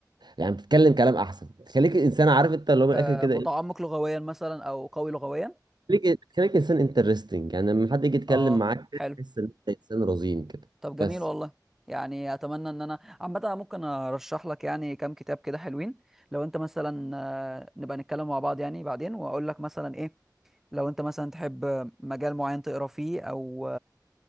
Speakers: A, on the right; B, in the centre.
A: يعني بتتكلم كلام احسن بتخليك انسان عارف انت اللي هو من الاخر
B: آه،
A: كده
B: متعمق
A: ايه
B: لغويا مثلا او قوي لغويا
A: خليك خليك انسان انترستنج يعني لما حد يجي يتكلم
B: اه
A: معاك
B: حلو
A: كده تحس ان انت انسان رزين كده
B: طب جميل
A: بس
B: والله يعني اتمنى ان انا عامه أنا ممكن ارشح لك يعني كام كتاب كده حلوين لو انت مثلا آه، نبقى نتكلم مع بعض يعني بعدين واقول لك مثلا ايه لو انت مثلا تحب مجال معين تقرا فيه او